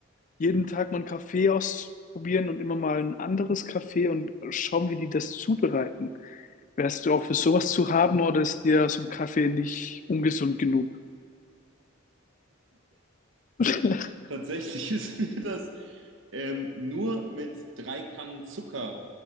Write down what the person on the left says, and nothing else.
jeden Tag mal einen Kaffee ausprobieren und immer mal ein anderes Kaffee und schauen, wie die das zubereiten. Wärst du auch für sowas zu haben oder ist dir so ein Kaffee nicht ungesund genug? <laughs>